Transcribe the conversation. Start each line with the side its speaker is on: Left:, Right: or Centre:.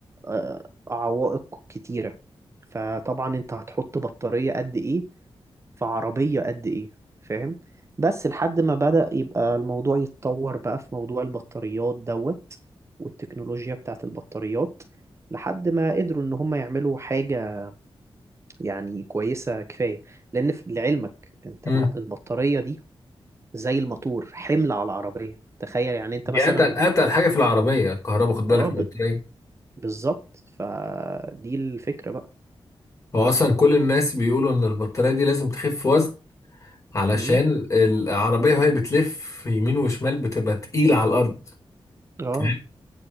Right: آه، عوائق كتيره فطبعا انت هتحط بطاريه قد ايه في عربية قد إيه فاهم بس لحد ما بدأ يبقى الموضوع يتطور بقى في موضوع البطاريات دوت والتكنولوجيا بتاعت البطاريات لحد ما قدروا إن هم يعملوا حاجة يعني كويسة كفاية لأن في- لعلمك أنت
Left: مم.
Right: ما- البطارية دي زي الموتور حمل على العربية تخيل يعني أنت
Left: دي
Right: مثلا
Left: اتقل اتقل حاجه في العربيه الكهرباء خد بالك
Right: اه
Left: البطاريه
Right: ب- بالظبط فدي الفكرة بقى
Left: هو اصلا كل الناس بيقولوا ان البطاريه دي لازم تخف وزن علشان
Right: امم
Left: العربيه وهي بتلف يمين وشمال بتبقى تقيله على الارض
Right: اه
Left: تمام؟